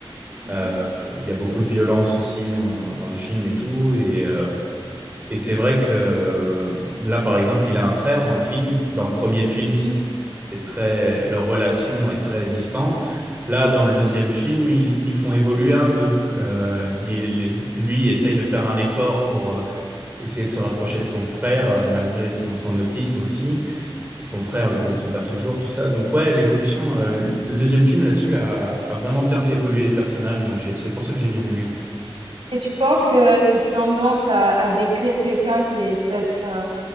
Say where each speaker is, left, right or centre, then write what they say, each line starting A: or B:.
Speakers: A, on the right; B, on the right.
A: Mmh
B: Euh,
A: mh.
B: il y a beaucoup de violence aussi dans, dans le film et tout. Et, euh, et c'est vrai que euh, là, par exemple, il a un frère dans le film. Dans le premier film,
A: Mmh
B: c'est c'est très, leur relation est très distante. Là, dans le deuxième film, ils, ils font évoluer un peu. Euh, et les- lui essaye de faire un effort pour euh, essayer de se rapprocher de son frère, euh, malgré son son autisme aussi et son frère le comprend pas toujours, tout ça. Donc ouais, l'évolution, euh, le deuxième film là-dessus a, a vraiment bien fait évoluer les personnages, donc j'ai- c'est pour ça que j'ai bien aimé, ouais.
A: Et tu penses que cette tendance à à décrire quelqu'un qui est peut-être, euh,